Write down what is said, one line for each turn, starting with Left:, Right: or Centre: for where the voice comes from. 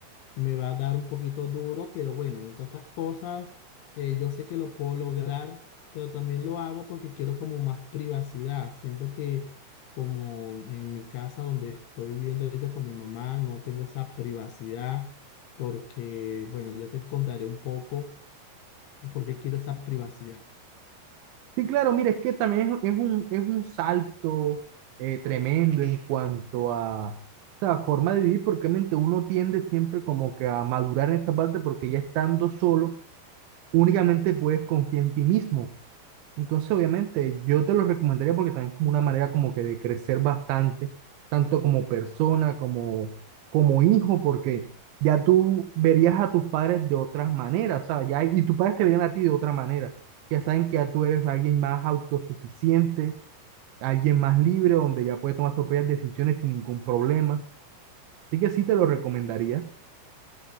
Left: me va a dar un poquito duro, pero bueno, entre otras cosas, eh, yo sé que lo puedo lograr, pero también lo hago porque quiero como más privacidad. Siento que como en mi casa donde estoy viviendo ahorita con mi mamá, no tengo esa privacidad porque, bueno, ya te contaré un poco por qué quiero esa privacidad.
Right: Sí, claro, mire, es que también es, es un, es un salto eh, tremendo en cuanto a sea, forma de vivir, porque obviamente uno tiende siempre como que a madurar en esa parte, porque ya estando solo, únicamente puedes confiar en ti mismo. Entonces, obviamente, yo te lo recomendaría porque también es como una manera como que de crecer bastante, tanto como persona, como, como hijo, porque ya tú verías a tus padres de otras maneras, ¿sabes? Ya, y tus padres te verían a ti de otra manera. Ya saben que ya tú eres alguien más autosuficiente, alguien más libre, donde ya puedes tomar tus propias decisiones sin ningún problema. Así que sí te lo recomendaría.